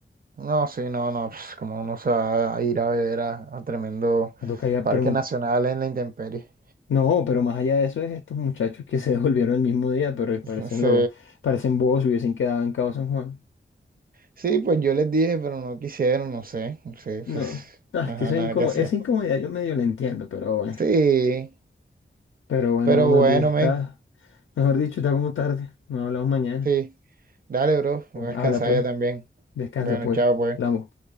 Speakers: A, on the right (about 50°); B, on the left (about 80°).
A: No, sí, no, no, pues como uno se va a ir a ver a, a tremendo
B: Me toca ya
A: parque
B: preguntar.
A: nacional en la intemperie.
B: No, pero más allá de eso es estos muchachos que se <laughs> devolvieron el mismo día, pero
A: <laughs>
B: parecen
A: Sí.
B: lo parecen bobos, si hubiesen quedado en Cabo San Juan.
A: Sí, pues yo les dije, pero no quisieron, no sé, no sé,
B: No,
A: pues,
B: ah,
A: ajá,
B: es que eso
A: nada
B: es incómodo.
A: que hacer.
B: Esa incomodidad yo medio la entiendo, pero bueno.
A: Sí,
B: Pero bueno,
A: pero
B: no más
A: bueno,
B: bien está,
A: men,
B: mejor dicho, está como tarde. No hablamos mañana.
A: sí. Dale, bro,
B: Bueno,
A: voy a descansar
B: Habla pues,
A: ya también.
B: descansa
A: Bueno,
B: pues,
A: chao, pues.
B: hablamos.